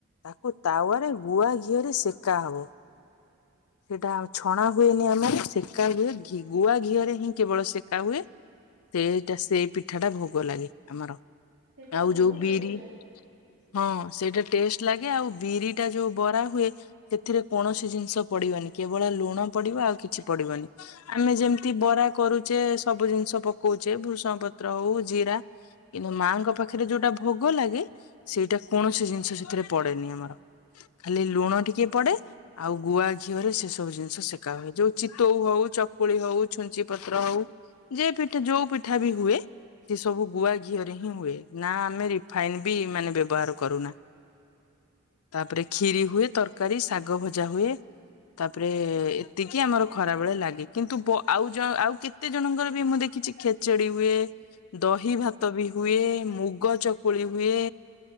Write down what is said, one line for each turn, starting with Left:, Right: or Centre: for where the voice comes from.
Left: ତାକୁ ତାୱାରେ ଗୁଆ ଘିଅରେ ସେକାହବ।
Right: <inaudible>
Left: ସେଇଟା ଆଉ ଛଣା ହୁଏନି ଆମର ସେକା ହୁଏ, ଗୁଆ ଘିଅରେ ହିଁ କେବଳ ସେକା ହୁଏ। ସେଇଟା ସେଇ ପିଠାଟା ଭୋଗ ଲାଗେ ଆମର।
Right: ସେଇଟା
Left: ଆଉ
Right: ବହୁତ
Left: ଯୋଉ ବିରି।
Right: ଟେଷ୍ଟ ଲାଗେ
Left: ହଁ ସେଇଟା ଟେଷ୍ଟ ଲାଗେ ଆଉ ବିରିଟା ଯୋଉ ବରା ହୁଏ, ସେଥିରେ କୌଣସି ଜିନଷ ପଡିବନି। କେବଳ ଲୁଣ ପଡିବ ଆଉ କିଛି ପଡିବନି ଆମେ ଯେମତି ବରା କରୁଛେ ସବୁ ଜିନଷ ପକଉ ହଉଛି ଭୃସଙ୍ଗ ପତ୍ର ହଉ ଜିରା କିନ୍ତୁ ମାଙ୍କ ପାଖରେ ଯୋଉଟା ଭୋଗ ଲାଗେ ସେଇଟା କୌଣସି ଜିନିଷ ସେଥିରେ ପଡେନି ଆମର। ଖାଲି ଲୁଣ ଟିକେ ପଡେ ଆଉ ଗୁଆ ଘିଅରେ ସେ ସବୁ ଜିନିଷ ସେକା ହୁଏ, ଯୋଉ ଚିତଉ ହଉ ଚକୁଳି ହଉ ଛୁଞ୍ଚି ପତ୍ର
Right: ହଁ
Left: ହଉ ଯ ପିଠା ଯୋଉ ପିଠା ବି ହୁଏ, ସେ ସବୁ ଗୁଆ ଘିଅରେ ହିଁ ହୁଏ, ନା ଆମେ ରିଫାଇନ ବି ମାନେ ବ୍ୟବହାର କରୁନା। ତାପରେ କ୍ଷୀରି ହୁଏ ତରକାରୀ, ଶାଗ ଭଜା ହୁଏ। ତାପରେ ଏତିକି ଆମର ଖରାବେଳେ ଲାଗେ, କିନ୍ତୁ ବ ଆଉ ଆଉ କେତେ ଜଣଙ୍କର ବି ମୁଁ ଦେଖ କିଛି ଖେଚଡି ହୁଏ। ଦହି ଭାତ ବି ହୁଏ, ମୁଗ ଚକୁଳି ହୁଏ।